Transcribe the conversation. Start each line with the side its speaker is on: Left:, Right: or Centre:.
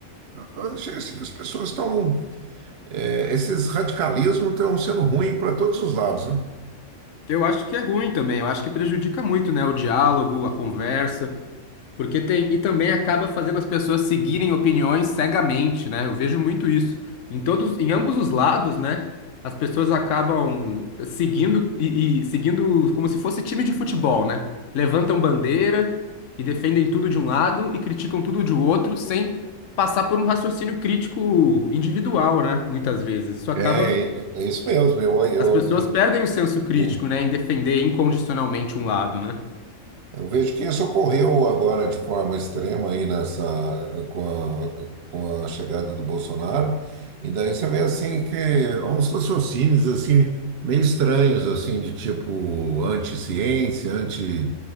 Right: Eu achei assim que as pessoas estão É, esses radicalismos estão sendo ruins para todos os lados, né?
Left: Eu acho que é ruim também, eu acho que prejudica muito, né? O diálogo, a conversa. Porque tem, e também acaba fazendo as pessoas seguirem opiniões cegamente, né? Eu vejo muito isso. Em todos, em ambos os lados, né? As pessoas acabam seguindo e, e seguindo como se fosse time de futebol, né? Levantam bandeira e defendem tudo de um lado e criticam tudo de outro sem passar por um raciocínio crítico individual, né? Muitas vezes. Isso acaba,
Right: É, é é isso mesmo. Eu,
Left: as pessoas perdem o senso crítico,
Right: eu,
Left: né? Em defender incondicionalmente um lado, né?
Right: Eu vejo que isso ocorreu agora de forma extrema aí nessa com a, com a chegada do Bolsonaro. E daí você vê assim que há uns raciocínios assim meio estranhos assim de tipo anti-ciência, anti